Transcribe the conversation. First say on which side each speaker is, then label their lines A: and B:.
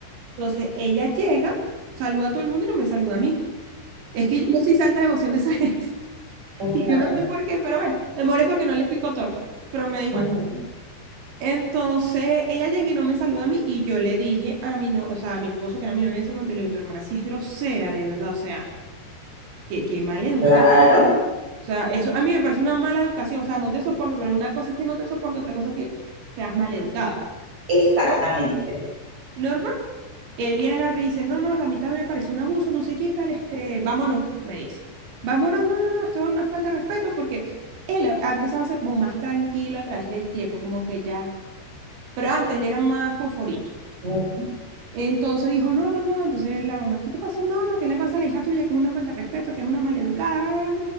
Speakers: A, on the right; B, on the right.
A: Entonces ella llega, saluda a todo el mundo y no me saluda a mí. Es que yo no soy santa devoción de esa gente <laughs>
B: Ajá,
A: y yo no sé por qué, pero bueno, a lo mejor es porque no les pico torta, pero me da igual.
B: ajá.
A: Entonces ella llega y no me saluda a mí y yo le dije a mi no, o sea, a mi esposo que era mi novio en ese momento, y le digo, tu hermana sí es grosera, de verdad, o sea, que, que mal educada.
B: Claro,
A: O sea, eso a mí me parece una mala educación. O sea, no te soporto, pero una cosa es que no te soporto, otra cosa es que seas mal educada.
B: exactamente.
A: Pero bueno, Norma, él viene agarra y dice, no, no, a mí también me pareció un abuso, no sé qué y tal, este, vámonos, me dice. Vámonos, no, no, no, esto es una falta de respeto porque él ha empezado a ser como más tranquilo a través del tiempo, como que ya, pero antes le era más fosforito.
B: Ajá.
A: Entonces dijo, no, no, no, entonces la mamá, ¿qué te pasó? No, no, ¿qué le pasa a la hija tuya? Que es una falta de respeto, que es una maleducada,